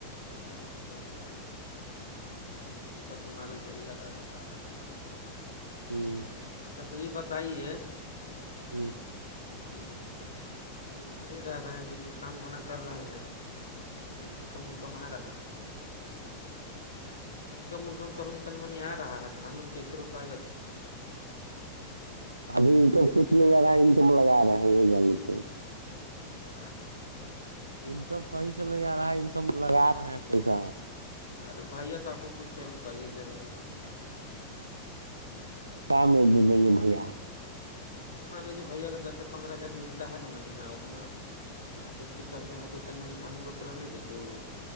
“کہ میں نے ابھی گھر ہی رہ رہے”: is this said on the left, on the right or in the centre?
Left